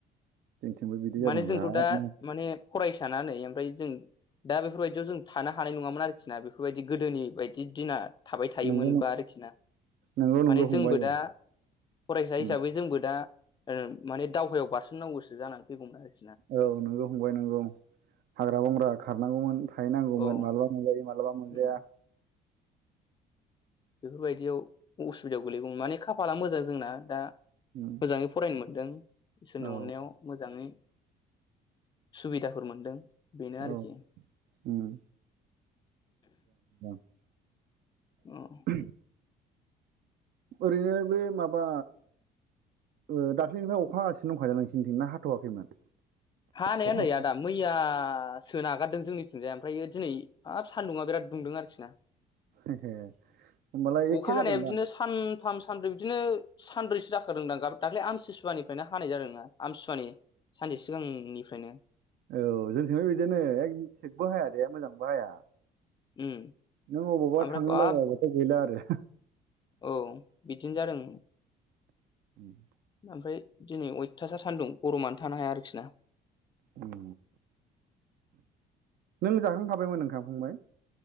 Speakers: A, on the right (about 65°); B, on the left (about 25°).
A: जोंथिंबो बिदि जादों
B: माने जोंथ'
A: बिरादनो
B: दा माने फरायसाना नै ओमफ्राय जों दा बेफोरबायदियाव जों थानो हानाय नङामोन आरोखि ना बेफोरबायदि गोदोनि बायदि दिना थाबाय थायोमोनबा
A: नंगौ
B: आरोखि ना।
A: नंगौ नंगौ
B: माने
A: फंबाय
B: जोंबो
A: औ
B: दा फरायसा
A: उम
B: हिसाबै जोंबो दा ओं माने दावहायाव बारसोमनांगौसो जानानै फैगौमोन आरो
A: औ नोंगौ फंबाय नोंगौ हाग्रा-बंग्रा खारनांगौमोन थाहैनांगौमोन
B: औ
A: माब्लाबा मोनजायो मालाबा मोनजाया
B: उम बेफोरबायदियाव उसुबिदायाव गोलैगौमोन माने खाफाला मोजां जोंना दा।
A: उम
B: मोजाङै फरायनो मोनदों इसोरनि
A: औ
B: अननायाव मोजाङै सुबिदाफोर मोनदों। बेनो आरोखि
A: औ ओम <inaudible> <unintelligible>
B: औ
A: ओरैनो बै माबा ओ दाख्लैनिफ्राय अखा हागासिनो दंखायो नोंसोरनिथिं ना हाथवाखैमोन?
B: हानाया
A: अखा
B: नै आदा मैया सो नागारदों जोंनिथिंजाय ओमफ्रायो दिनै हाब सान्दुङा बिराद दुंदों आरोखि ना
A: एहे होमबालाय एखे
B: अखा
A: जादोंदां
B: हानाया बिदिनो सान थाम सानब्रै बिदिनो सानब्रैसो जाखोदोंदां दाख्लै आमथिसुवानिफ्रायनो हानाय जादोंनो आमथिसुवानि सानसे सिगांनिफ्रायनो।
A: औ जोंथिंबो बिदिनो एकदम थिकबो हाया दे मोजांबो हाया।
B: उम
A: नों अबावबा
B: ओमफ्राय
A: थांनो
B: बाब
A: लागायाबाथ' गैला आरो
B: औ बिदिनो जादों।
A: ओम
B: ओमफ्राय दिनै अयथासार सान्दुं गरमानो थानो हाया आरोखि ना।
A: ओम नों जाखां खाबायमोन ओंखाम फंबाय?